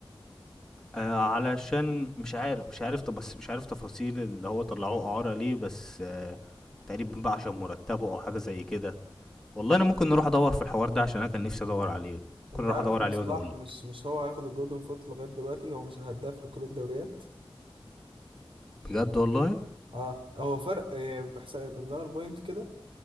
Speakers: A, in the centre; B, on the right.
A: آه علشان مش عارف مش عارف طب بس مش عارف تفاصيل اللي هو طلعوه اعاره ليه بس آه تقريبا بقى عشان مرتبه او حاجه زي كده والله انا ممكن نروح ادور في الحوار ده عشان انا كان نفسي ادور عليه ممكن
B: انت
A: اروح
B: عارف
A: ادور
B: ان
A: عليه
B: صلاح
A: واجي اقولك
B: مش مش هو هياخد الجولدن فوت لغايه دلوقتي هو مش الهداف لكل الدوريات
A: بجد والله
B: اه هو فرق آه، بحساب بنظام البوينت كده